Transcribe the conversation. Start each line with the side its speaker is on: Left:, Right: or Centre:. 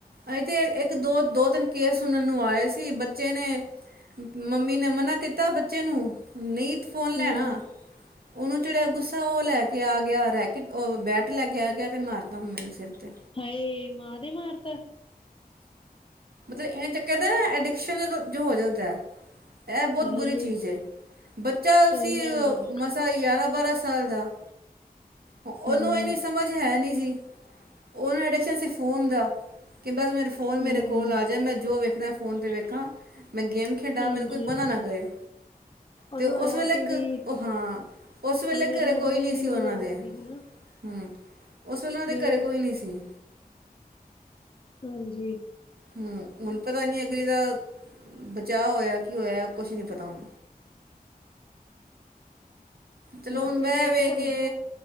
Right: ਐਂ ਤੇ ਇੱਕ ਦੋ-ਦੋ ਤਿੰਨ ਕੇਸ ਸੁਨਨ ਨੂੰ ਆਏ ਸੀ, ਬੱਚੇ ਨੇ ਅ ਹੰ ਮੰਮੀ ਨੇ ਮਨਾ ਕੀਤਾ ਬੱਚੇ ਨੂੰ, ਨਹੀਂ ਫੋਨ ਲੈਣਾ।
Left: ਹਮ
Right: ਉਹਨੂੰ ਚੜਿਆ ਗੁੱਸਾ, ਉਹ ਲਏ ਕੇ ਆ ਗਿਆ ਰੈਕੇਟ, ਓਹ ਬੈਟ ਲਏ ਕੇ ਆ ਗਿਆ ਤੇ ਮਾਰਤਾ ਮੰਮੀ ਦੇ ਸਿਰ ਤੇ।
Left: ਹਾਏ, ਮਾਂ ਦੇ ਮਾਰਤਾ।
Right: ਤੇ ਇੰਜ ਕਹਿੰਦੇ ਨਾ ਐਡਿਕਸ਼ਨ ਇਹਦਾ ਜੋ ਹੋ ਜਾਂਦਾ ਏ। ਇਹ
Left: ਹਾਏ
Right: ਬਹੁਤ ਬੁਰੀ ਚੀਜ਼ ਏ, ਬੱਚਾ
Left: ਸਹੀ
Right: ਅਸੀ
Left: ਗੱਲ ਆ
Right: ਮਸਾ ਹੀ ਬਾਰਾਹਾਂ ਸਾਲ ਦਾ। ਉਹਨੂੰ
Left: ਹਮ
Right: ਇਹਨੀ ਸਮਝ ਹੈ ਨੀ। ਸੀ ਉਹਨੂੰ ਐਡਿਕਸ਼ਨ ਸੀ ਫੋਨ ਦਾ ਕਿ ਬਸ ਮੇਰਾ ਫੋਨ
Left: ਹਮ
Right: ਮੇਰੇ ਕੋਲ ਆ ਜਾਏ ਮੈਂ ਜੋ ਵੇਖਨਾ ਏ ਫੋਨ ਤੇ ਵੇਖਾਂ, ਮੈਂ ਗੇਮ ਖੇਡਾਂ
Left: ਹਾਂਜੀ
Right: ਮੈਨੂੰ ਕੋਈ ਮਨਾ ਨਾ ਕਰੇ।
Left: ਉਹਨੂੰ
Right: ਤੇ ਉਸ
Left: ਐ
Right: ਵੇਹਲੇ
Left: ਸੀ ਵੀ
Right: ਕ ਉਹ ਹਾਂ ਉਸ ਵੇਲੇ
Left: ਵੀ ਮੇਰੀ
Right: ਘਰੇ
Left: ਮੰਮੀ
Right: ਕੋਈ ਨੀ
Left: ਮੈਨੂੰ
Right: ਸੀ ਉਹਨਾਂ
Left: ਰੋਕਦੀ
Right: ਦੇ
Left: ਹਨਾ
Right: ਹੂੰ। ਉਸ ਵੇਹਲੇ ਉਹਨਾਂ ਦੇ
Left: ਵੀ
Right: ਘਰੇ
Left: ਇਹ
Right: ਕੋਈ ਨੀ ਸੀ।
Left: ਹਾਂਜੀ
Right: ਹੂੰ ਹੁਨ ਪਤਾ ਨੀ ਅਗਲੀ ਦਾ ਬਚਾਅ ਹੋਇਆ ਕੀ ਹੋਇਆ ਏ ਕੁਛ ਨੀ ਪਤਾ ਹੁਣ ਚਲੋ
Left: ਬੱਚੇ
Right: ਹੁਣ ਮੈਂ
Left: ਨੇ
Right: ਵੇ
Left: ਇਹ ਸਮਝਿਆ
Right: ਕੇ